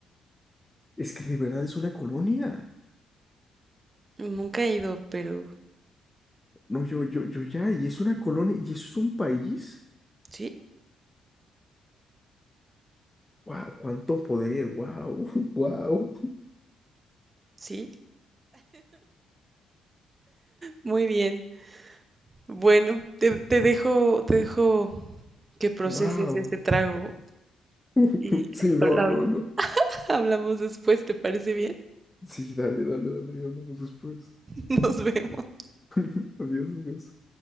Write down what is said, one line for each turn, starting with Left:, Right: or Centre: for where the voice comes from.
Left: Es que de verdad es una colonia.
Right: Nunca he ido, pero
Left: No, yo, yo, yo ya, y es una colonia, y eso es un país.
Right: sí,
Left: Wow, cuánto poder, wow, wow,
Right: sí. Muy bien. Bueno, te, te dejo, te dejo que proceses
Left: wow.
Right: este trago
Left: <laughs>
Right: y
Left: Sí, no,
Right: habla-
Left: no,
Right: habla-
Left: no.
Right: <laughs> hablamos después, ¿te parece bien?
Left: Sí, dale, dale, dale, ya hablamos después.
Right: <laughs> Nos vemos.
Left: <laughs> Adiós, adiós.